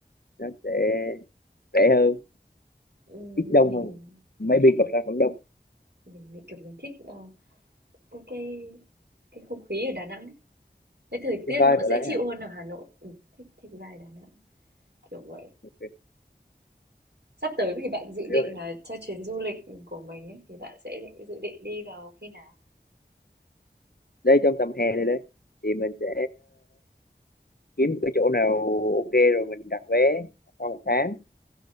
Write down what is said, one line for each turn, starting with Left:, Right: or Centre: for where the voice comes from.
Left: Nó sẽ rẻ hơn,
Right: Ừm,
Left: ít đông
Right: mình
Left: hơn.
Right: mình
Left: Maybe
Right: thích
Left: còn ra vẫn đông.
Right: mình mình, kiểu, mình thích, ờ, cái cái cái không khí ở Đà Nẵng ấy, cái thời tiết
Left: Cái vibe
Right: nó cũng dễ
Left: ở đấy
Right: chịu
Left: hả?
Right: hơn ở Hà Nội, ừm, thích thích vibe Đà Nẵng, kiểu vậy.
Left: Ok,
Right: Sắp tới thì bạn dự định
Left: hiểu rồi.
Right: là cho chuyến du lịch, của mình ấy, thì bạn sẽ định dự định đi vào khi nào?
Left: Đây trong tầm hè này đây thì mình sẽ kiếm một cái chỗ nào ok rồi mình đặt vé sau một tháng